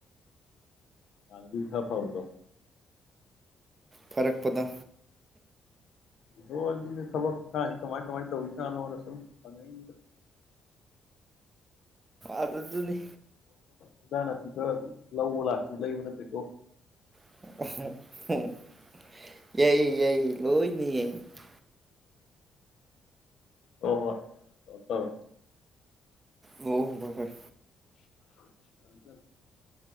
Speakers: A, on the left (about 65°); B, on the right (about 25°).
A: ꯍꯥꯅꯗꯤ ꯈꯐꯕꯗꯣ
B: ꯐꯔꯛꯄꯗꯣ
A: ꯍꯣ ꯑꯗꯨꯅꯦ ꯊꯕꯛ ꯀꯃꯥꯥꯏ ꯀꯃꯥꯥꯏ ꯇꯧꯁꯥꯅꯣꯗ ꯁꯨꯝ ꯍꯪꯉꯛꯏꯅꯤꯗ
B: ꯑꯗꯨꯗꯨꯅꯤ
A: ꯏꯪꯖꯥꯡ ꯅꯥꯄꯤ ꯈꯔ ꯂꯧꯕ ꯂꯥꯛꯀꯦ ꯂꯩꯕ ꯅꯠꯇꯦꯀꯣ
B: <unintelligible> ꯌꯥꯏꯑꯦ ꯌꯥꯏꯑꯦ ꯂꯣꯏꯅ ꯌꯥꯏꯑꯦ <unintelligible>
A: ꯑꯣ ꯍꯣꯏ ꯑꯣ ꯇꯔꯦ
B: ꯑꯣ ꯍꯣꯏ ꯍꯣꯏ
A: <unintelligible>